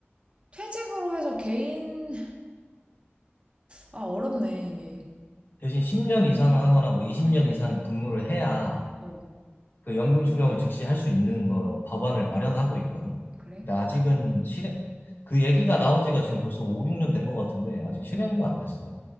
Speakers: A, on the right; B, on the left.
A: 퇴직으로 해서 개인, 아, 어렵네, 이게.
B: 대신 10년 이상 하거나 뭐 20년 이상 근무를 해야
A: 어,
B: 그 연금 수령을 즉시 할 수 있는 거 법안을 마련하고 있거든.
A: 그래?
B: 근데 아직은 실행
A: 응,
B: 그 얘기가 나온 지가 지금 벌써 5, 6년 된 것 같은데 아직 실행도
A: 응.
B: 안 됐어.